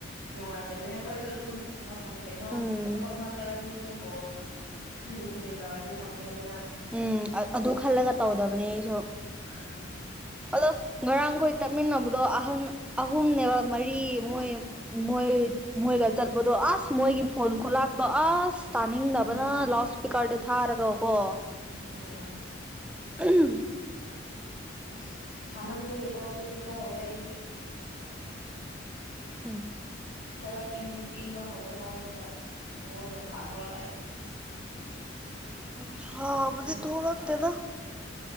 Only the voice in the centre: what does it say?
ꯎꯝ
ꯎꯝ ꯑꯗꯨ ꯈꯜꯂꯒ ꯇꯧꯗꯕꯅꯦ ꯑꯩꯁꯨ
ꯑꯗꯣ ꯉꯔꯥꯡꯈꯣꯏ ꯇꯠꯃꯤꯟꯅꯕꯗꯣ ꯑꯍꯟ ꯑꯍꯨꯝꯅꯦꯕ ꯃꯔꯤ ꯃꯣꯏ ꯃꯣꯏ ꯃꯣꯏꯒ ꯆꯠꯄꯗꯣ ꯑꯁ ꯃꯣꯏꯒꯤ ꯐꯣꯟ ꯈꯨꯂꯥꯛꯇꯣ ꯑꯁ ꯇꯥꯅꯤꯡꯗꯕꯅ
ꯂꯥꯎꯠ ꯏꯁꯄꯤꯀꯔꯗ ꯊꯥꯔꯒꯀꯣ
ꯎꯝ
ꯎꯝ
ꯎ ꯍꯥꯥꯎ
ꯊꯣꯂ
ꯍꯛꯇꯗ